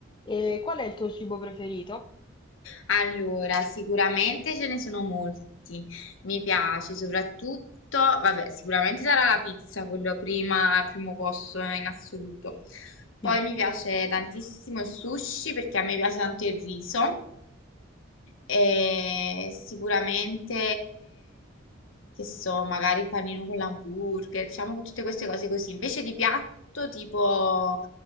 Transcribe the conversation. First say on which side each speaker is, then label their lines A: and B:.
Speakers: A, on the left; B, on the left.
A: E qual è il tuo cibo preferito?
B: Allora, sicuramente ce ne sono molti. Mi piace soprattutto, vabbè, sicuramente sarà la pizza, quello prima, al primo posto in assoluto.
A: <laughs>
B: Poi
A: Mm.
B: mi piace tantissimo il sushi perché a me piace tanto il riso. E sicuramente, che so, magari il panino con l'hamburger, diciamo che tutte queste cose così. Invece di piatto, tipo,